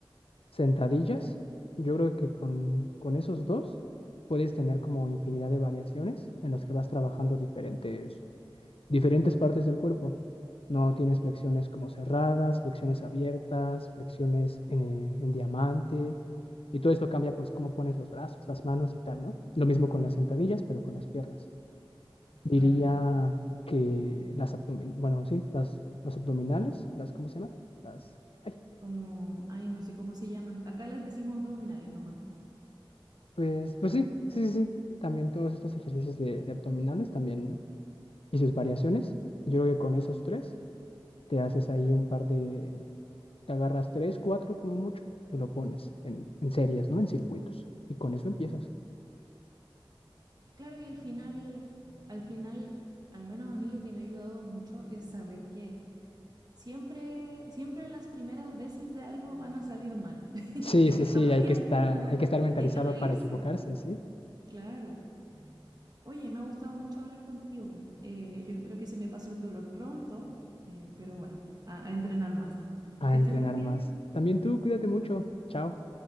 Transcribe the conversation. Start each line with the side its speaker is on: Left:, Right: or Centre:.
Left: sentadillas. Yo creo que con, con esos dos puedes tener como infinidad de variaciones en las que vas trabajando diferentes diferentes partes del cuerpo. No tienes flexiones como cerradas, flexiones abiertas, flexiones en, eh, en diamante. Y todo esto cambia pues cómo pones los brazos, las manos y tal, ¿no? Lo mismo con las sentadillas, pero con las piernas. Diría
Right: Claro,
Left: que las abdominales, bueno, sí, las, los abdominales, las, ¿cómo se llaman? Las, ay,
Right: como, ay, no sé cómo se llaman. Acá les decimos abdominales nomás.
Left: pues, pues sí, sí, sí, sí. También todos estos ejercicios de, de abdominales también, ¿no? Y sus variaciones. Yo creo que con esos tres te haces ahí un par de, Te agarras tres, cuatro como mucho y lo pones en, en series, ¿no? En circuitos. Y con eso empiezas.
Right: Claro, y al final, al final, al menos a mí lo que me ha ayudado mucho es saber que siempre, siempre las primeras veces de algo van a salir mal. <laughs>
Left: Sí,
Right: y eso
Left: sí,
Right: está
Left: sí,
Right: muy
Left: hay
Right: bien,
Left: que estar,
Right: como,
Left: hay que estar mentalizado
Right: y hay que reírse.
Left: para equivocarse, ¿sí?
Right: Claro. Oye, me ha gustado mucho hablar contigo. Eh, yo espero que se me pase el dolor pronto, eh, pero bueno, a, a entrenar más.
Left: A
Right: Que
Left: entrenar
Right: estés muy bien.
Left: más. También tú, cuídate mucho. Chao.